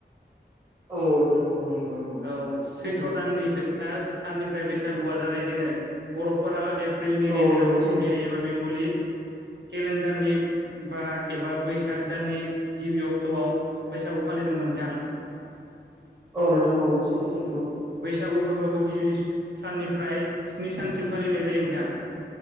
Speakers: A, on the right (about 25°); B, on the right (about 70°).
A: औ नोंथां औ नंगौ। नंगौ
B: औ सैथ्र'
A: सैथो
B: दाननि जोब था साननिफ्राय बैसागुआ जागायजेनो। बर'फोरा ए प्रिलनि
A: औ
B: गेजेराव
A: नंगौ
B: असमिया
A: सैथो
B: एबा बेंगलि केलेन्डारनि बाहाग एबा बैसाग दाननि गिबि अक्ट'आव बैसागु फालिदोंमोन नोंथां।
A: औ नोंथां औ सैथो सैथो औ।
B: बैसागु फोरबोखौ गिबि साननिफ्राय स्नि सानसिम फालिनाय जायो नोंथां।